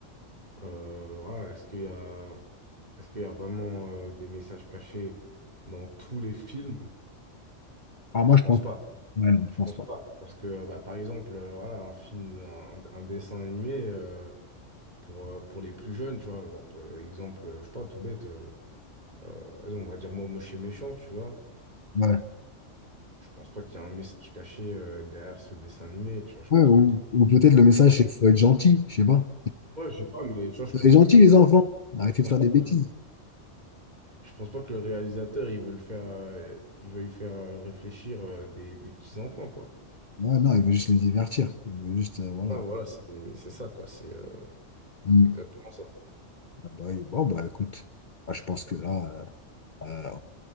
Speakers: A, on the right (about 35°); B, on the left (about 45°).
A: euh, voilà, est-ce qu'il y a, est-ce qu'il y a vraiment euh, des messages cachés dans tous les films?
B: Ah, moi,
A: Je
B: je
A: pense
B: pense.
A: pas.
B: Ouais, non, je
A: Je
B: pense
A: pense
B: pas.
A: pas, parce que euh, bah, par exemple, euh, voilà, un film, de- un, un dessin animé euh, pour, euh, pour les plus jeunes, tu vois, genre, euh, exemple, euh, je sais pas, tout bête, euh, euh, vas-y, on va dire moi, moche et méchant, tu vois.
B: Ouais.
A: Je pense pas qu'il y a un message caché euh, derrière ce dessin animé, tu vois. Je
B: Ouais,
A: pense
B: ou
A: pas qu'il...
B: ou peut-être le message, c'est qu'il faut être gentil, je sais pas.
A: Ouais, je sais pas, mais tu vois, je
B: Soyez
A: pense
B: gentils,
A: pas que le...
B: les enfants. Arrêtez
A: je pense
B: de faire
A: pas
B: des bêtises.
A: que je pense pas que le réalisateur, il veut le faire, euh, il veuille faire euh, réfléchir euh, des, des petits enfants, quoi.
B: Ouais, non, il veut juste les divertir. Il veut juste, euh, voilà.
A: Ouais, voilà, c'est c'est ça, quoi. C'est euh,
B: Mm.
A: c'est exactement ça.
B: Ah bah, et- bon, bah, écoute, Bah, je pense que là, euh, euh,